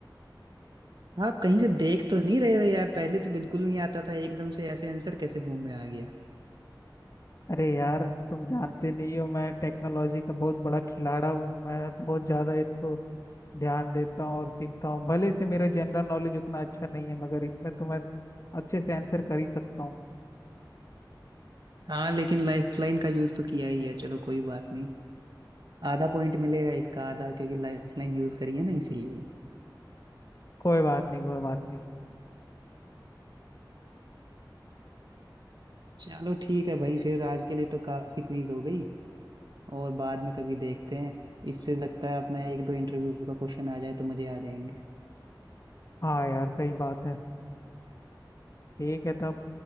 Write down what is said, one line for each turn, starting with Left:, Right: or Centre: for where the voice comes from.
Right: आप कहीं से देख तो नहीं रहे हो यार पहले तो बिल्कुल नहीं आता था एकदम से ऐसे आंसर कैसे मुंह में आ गया
Left: अरे यार तुम जानते नहीं हो मैं टेक्नोलॉजी का बहुत बड़ा खिलाड़ा हूँ मैं बहुत ज़्यादा इसको ध्यान देता हूँ और सीखता हूँ भले से मेरा जनरल नॉलेज उतना अच्छा नहीं है मगर इसमें तो मैं अच्छे से आंसर कर ही सकता हूँ
Right: हाँ लेकिन लाइफलाइन का यूज तो किया ही है चलो कोई बात नहीं आधा पॉइंट मिलेगा इसका आधा क्योंकि लाइफलाइन यूज करी है ना इसीलिए
Left: कोई बात नहीं कोई बात नहीं
Right: चलो ठीक है भाई फिर आज के लिए तो काफी क्विज हो गई और बाद में कभी देखते हैं इससे लगता है अपना एक दो इंटरव्यू का क्वेश्चन आ जाए तो मजे आ जाएंगे
Left: हाँ यार सही बात है ठीक है तब